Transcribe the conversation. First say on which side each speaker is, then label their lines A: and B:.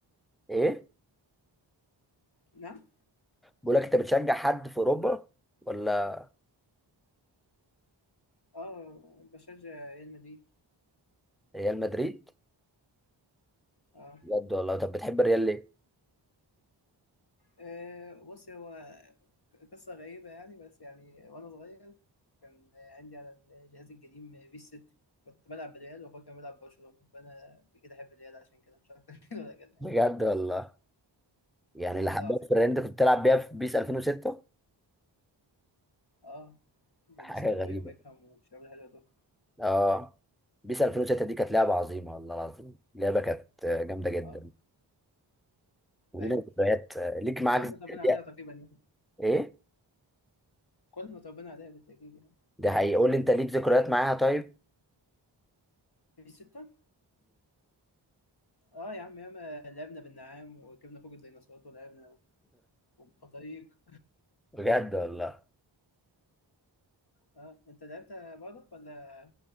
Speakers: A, in the centre; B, on the left (about 55°).
A: ايه؟
B: نعم
A: بقول لك انت بتشجع حد في أوروبا ولا
B: اه بشجع ريال مدريد
A: ريال مدريد؟
B: اه
A: بجد والله طب بتحب الريال ليه؟
B: آه، بص هو قصة غريبة يعني بس يعني وانا صغير كان عندي على الجهاز القديم بيس 6 كنت بلعب بالريال واخويا كان بيلعب برشلونة فانا كده احب الريال عشان كده مش اكتر <laughs> كده ولا كده
A: بجد والله يعني
B: والله
A: اللي حبيت
B: العظيم
A: في الريال انت كنت بتلعب بيها في بيس 2006
B: اه فان
A: حاجة
B: نيستلروي
A: غريبة
B: وبيكهام والشباب الحلوة دول
A: اه بيس 2006 دي كانت لعبة عظيمة والله العظيم لعبة كانت آه، جامدة جدا
B: اه
A: ولينا
B: ايوه
A: ذكريات آه، ليك معاك
B: كلنا
A: ذكريات
B: طبقنا عليها تقريبا يعني
A: ايه؟
B: كلنا طبقنا عليها بالتأكيد يعني
A: ده حقيقي قول لي انت ليك ذكريات معاها طيب؟
B: في ستة اه يا عم ياما لعبنا بالنعام وجبنا فوق الديناصورات ولعبنا وبطريق
A: بجد والله
B: اه انت لعبت برضك ولا